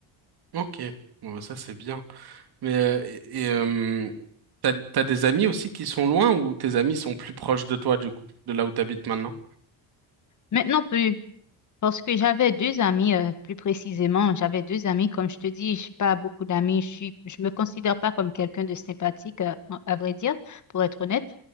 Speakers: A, on the right; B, on the left.
A: Ok, bon, bah, ça c'est bien. Mais euh, et, et, euh, t'as, t'as des amis aussi qui sont loin ou tes amis sont plus proches de toi du coup, de là où t'habites maintenant?
B: Maintenant plus, Parce que j'avais deux amis, euh, plus précisément, j'avais deux amis. Comme je te dis, je pas beaucoup d'amis. Je suis, je me considère pas comme quelqu'un de sympathique, euh, à vrai dire, pour être honnête.